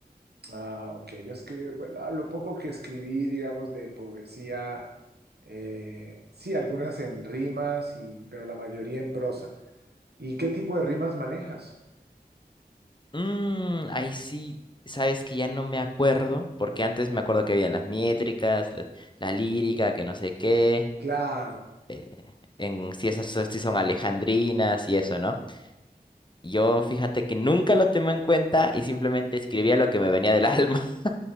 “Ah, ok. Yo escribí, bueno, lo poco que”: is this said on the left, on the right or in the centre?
Right